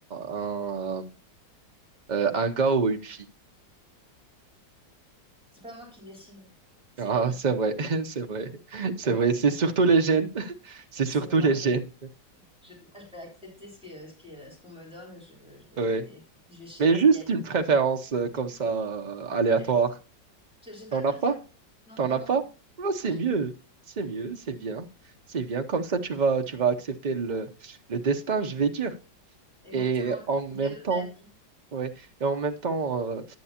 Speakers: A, on the right (about 75°); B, in the centre.
A: un, un, euh, un gars ou une fille?
B: C'est pas moi qui décide, c'est
A: Ah,
B: la vie.
A: c'est vrai, <laughs> c'est vrai, c'est
B: Donc,
A: vrai. C'est
B: moi,
A: surtout
B: je,
A: les gènes. C'est surtout
B: c'est moi,
A: les
B: je,
A: gènes,
B: je, moi, je vais accepter ce que, ce qui- ce qu'on me donne. Je, je
A: ouais.
B: vais, je vais chérir
A: Mais juste
B: ce qu'il y a.
A: une préférence euh, comme ça, euh, aléatoire.
B: J'ai j'ai- j'ai pas
A: T'en
B: de préférence.
A: as pas?
B: Non,
A: T'en
B: vraiment.
A: as pas?
B: Non,
A: Ah, c'est
B: Non, j'ai
A: mieux. C'est mieux, c'est bien. C'est bien. Comme ça, tu vas, tu vas accepter le, le destin, je vais dire.
B: exactement
A: Et en même
B: le cadeau de
A: temps,
B: la vie.
A: ouais. Et en même temps, euh,